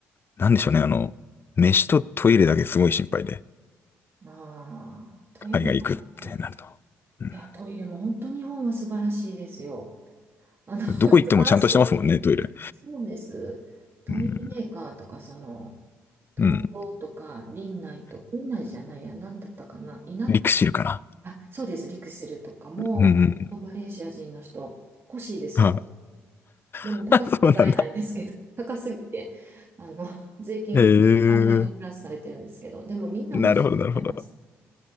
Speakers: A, on the left (about 35°); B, on the right (about 40°).
A: なんでしょうね。あの、飯とトイレだけすごい心配で、
B: ああ、トイレもね。
A: 海外行くってなると。うん
B: いや、トイレも本当日本は素晴らしいですよ。あの、<laughs> 素晴らしい。
A: どこ行ってもちゃんとしてますもんね、トイレ。
B: そうです。トイレメーカーとか、
A: うん
B: その、東京とか、
A: うん。
B: 林内とか、林内じゃないや、なんだったかな、イナックス、
A: リクシルかな。
B: あ、そうです、リクシルとかも、
A: うん。
B: マレーシア人の人、欲しいですも
A: あ、
B: ん。でも高くて買えないんですけど、
A: <laughs> そうなんだ。
B: <laughs> 高すぎて、あの、税金プラス、
A: へえ。
B: 関税がプラスされてるんですけど、でもみんな欲しいって言ってます。
A: なるほど、なるほど。